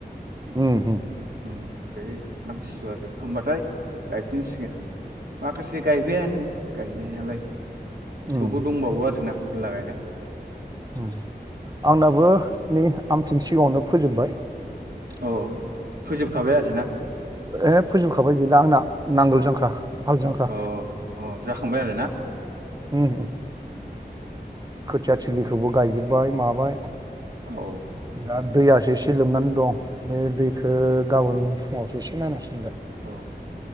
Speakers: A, on the right; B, on the right.
A: उम उम
B: उम। बेै आमथिसुवा जोबखांबाथाय गायफिनसिगोन। माखासे गायबायानो गाय गायनायालाय
A: उम
B: थेवबो दंबावो आरोना मेरला गायनांगौ।
A: उम आंनाबो नै आमथिनि सिगाङावनो फोजोबबाय।
B: औ फोजोबखाबाय आरो ना?
A: ए फोजोबखाबाय गैला आंना नांगोल जांख्रा हालजांख्रा
B: अ अ जाखांबाय आरोना
A: उम उम। खोथिया थिलिखौबो गायजोबबाय माबाय
B: औ
A: दा दैयासो एसे लोमनानै दं बे दैखौ गाबोन फुङावसो एसे नायनांसिगोन।
B: अ।